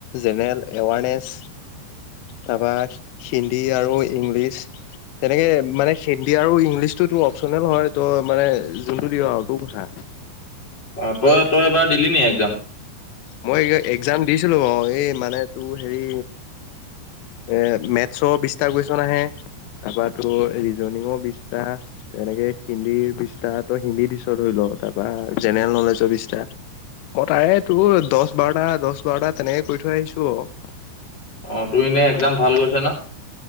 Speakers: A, on the left; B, on the left.
A: জেনেৰেল এৱাৰনেচ তাৰপৰা হিন্দী আৰু ইংলিছ। তেনেকে মানে হিন্দী আৰু ইংলিছটো তোৰ অপচনেল হয় তই মানে যোনটো দিঅ' আৰু তোৰ কথা।
B: অ' তই তই এইবাৰ দিলি নি একজাম?
A: মই একজাম দিছিলোঁ বাৰু এই মানে তোৰ হেৰি এ মেথছৰ বিশটা কুৱেশন আহে তাৰপৰা তোৰ ৰিজনিঙৰ বিশটা। তেনেকে হিন্দীৰ বিশটা। তই হিন্দী দিছ ধৰি ল তাৰপৰা জেনেৰেল নলেজৰ বিশটা মই তাৰে তোৰ দহ বাৰটা দহ বাৰটা তেনেকে কৰি থৈ আহিছোঁ আৰু।
B: অ' তোৰ এনে একজাম ভাল গৈছে ন'?